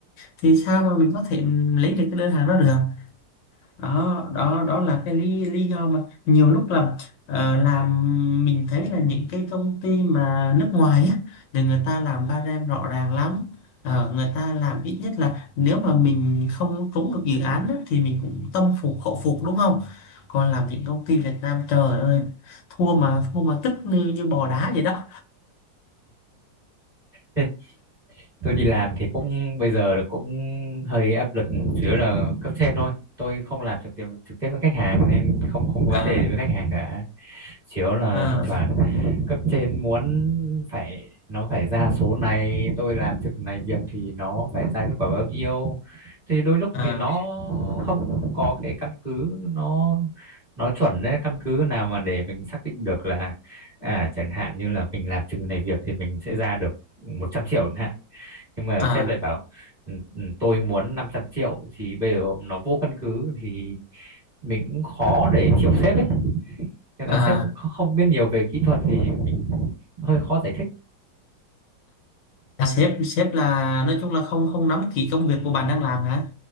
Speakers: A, on the left; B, on the right.
A: thì sao mà mình có thể lấy được cái đơn hàng đó được đó đó đó là cái lý lý do mà nhiều lúc là ờ, làm mình thấy là những cái công ty mà nước ngoài á thì người ta làm ba rem rõ ràng lắm Ờ, người ta làm ít nhất là nếu mà mình không trúng được dự án á, thì mình cũng tâm phục khẩu phục đúng không còn làm những công ty Việt Nam trời ơi thua mà thua mà tức như, như bò đá vậy đó
B: Ừ. tôi đi làm thì cũng bây giờ là cũng hơi áp lực chủ yếu là cấp trên thôi tôi không làm trực tiếp trực tiếp với khách hàng nên không không có
A: à
B: vấn đề gì với khách hàng cả chủ yếu là
A: à
B: thỉnh thoảng cấp trên muốn phải nó phải ra số này tôi làm trực này việc thì nó phải ra kết quả bao nhiêu thì đôi lúc
A: à
B: thì nó không có cái căn cứ nó nó chuẩn đấy căn cứ nào mà để mình xác định được là à chẳng hạn như là mình làm chừng này việc thì mình sẽ ra được 100 triệu chẳng hạn nhưng mà
A: à
B: sếp lại bảo "Ừ, ừ, tôi muốn 500 triệu thì bây giờ nó vô căn cứ thì mình cũng khó để chịu sếp ấy nên
A: à
B: là sếp cũng kh- không biết nhiều về kỹ thuật thì mình hơi khó giải thích
A: À, sếp sếp là nói chung là không không nắm kỹ công việc của bạn đang làm hả